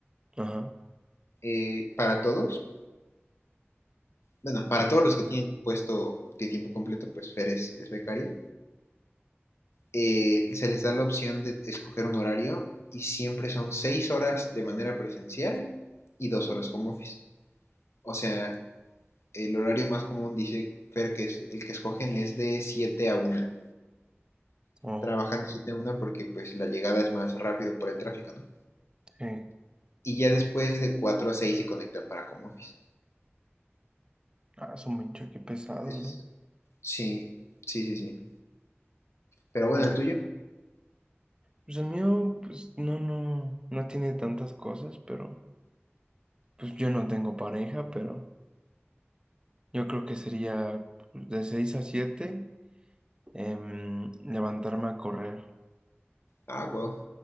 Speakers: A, on the right (about 20°); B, on the left (about 80°).
A: Ajá,
B: eh, para todos, bueno,
A: ok.
B: para todos los que tienen puesto de tiempo completo, pues Fer es, es becaria, eh, se les da la opción de escoger un horario y siempre son seis horas de manera presencial y dos horas como office. O sea, el horario más común, dice Fer, que es el que escogen es de 7 a una.
A: Oh,
B: Trabajan de 7 a una porque pues la llegada es más rápido por el tráfico, ¿no?
A: sí.
B: Y ya después de 4 a 6 se conectan para home office.
A: Ah, su mancha, qué pesado,
B: Es-
A: ¿no?
B: sí, sí, sí, sí. Pero bueno,
A: Bueno,
B: el tuyo.
A: pues el mío, pues no, no, no tiene tantas cosas, pero pues yo no tengo pareja, pero yo creo que sería pues, de 6 a 7 em, levantarme a correr.
B: Ah, wow.